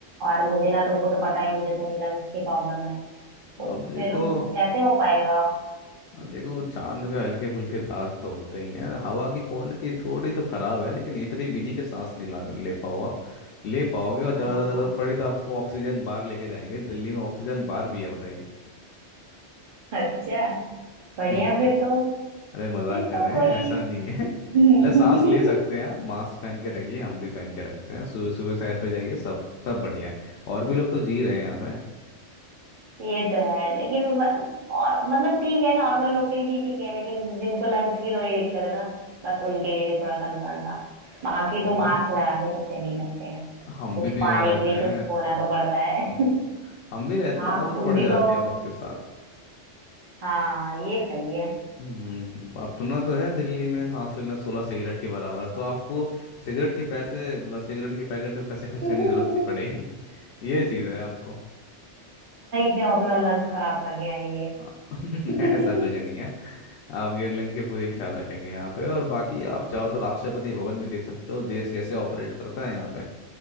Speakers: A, on the right; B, on the left.
A: और मुझे ना तुमको तो पता ही है, मुझे थोड़ी लंग्स की प्रॉब्लम है तो
B: अब
A: फिर
B: देखो
A: कैसे हो पाएगा
B: देखो चांद पे हल्के फुल्के दाग तो होते ही हैं हवा की क्वालिटी थोड़ी तो ख़राब है लेकिन इतनी भी नहीं कि सांस नहीं ला ले पाओ आप ले पाओगे और ज़्यादा
A: हाँ,
B: ज़रूरत पड़ी तो आपको ऑक्सीजन बार लेके जाएंगे दिल्ली में ऑक्सीजन बार भी है बताइए
A: अच्छा बढ़िया
B: हम्म।
A: फिर तो
B: अरे मजाक
A: फिर
B: कर
A: तो
B: रहे
A: कोई
B: हैं ऐसा नहीं है <laughs>
A: <laughs>
B: ले सांस ले सकते हैं आप मास्क पहन के रखिए हम भी पहन के रखते हैं सुबह सुबह सैर पे जाइए सब सब बढ़िया है और भी लोग तो जी रहे हैं यहाँ पे
A: ये तो है लेकिन व- और, मतलब ठीक है नॉर्मल लोग के लिए ठीक है लेकिन जिनको लंग्स की थोड़ी दिक्कत है ना बस उनके लिए भी थोड़ा कंसर्न था बाकी
B: अरे।
A: तो मास्क लगा के तो चल ही सकते हैं
B: हम
A: कुछ
B: भी तो यहाँ
A: पाने
B: रहते
A: के लिए
B: हैं
A: कुछ खोना तो पड़ता है
B: हम्म।
A: <laughs>
B: हम भी रहते
A: हाँ
B: हैं आदत
A: तुम
B: पड़
A: भी
B: जाती
A: तो
B: है वक्त के साथ
A: हाँ ये सही है
B: हम्म अब सुना तो है दिल्ली में सांस लेना सोलह सिगरेट के बराबर है तो आपको सिगरेट के पैसे मतलब सिगरेट के पैकेट पे पैसे खर्च
A: <laughs>
B: करने
A: वहीं
B: की जरूरत नहीं पड़ेगी <laughs> ये चीज़ है आपको
A: से हम अपना लंग खराब करके
B: हाँ, <laughs>
A: आएंगे
B: ऐसा कुछ नहीं
A: <laughs>
B: है आप गेटलिंग के पूरे ख्याल रखेंगे यहाँ पे और बाकी आप चाहो तो राष्ट्रपति भवन भी देख सकते हो देश कैसे ऑपरेट करता है यहाँ पे